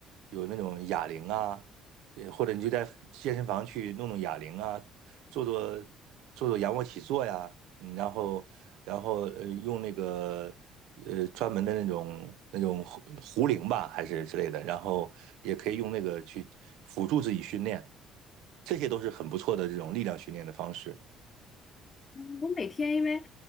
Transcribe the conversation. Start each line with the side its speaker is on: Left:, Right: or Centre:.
Right: 有那种哑铃啊，呃，或者你就在健身房去弄弄哑铃啊，做做做做仰卧起坐呀，嗯，然后然后呃用那个呃专门的那种那种壶壶铃吧，还是之类的，然后也可以用那个去辅助自己训练，这些都是很不错的这种力量训练的方式。
Left: 嗯我每天因为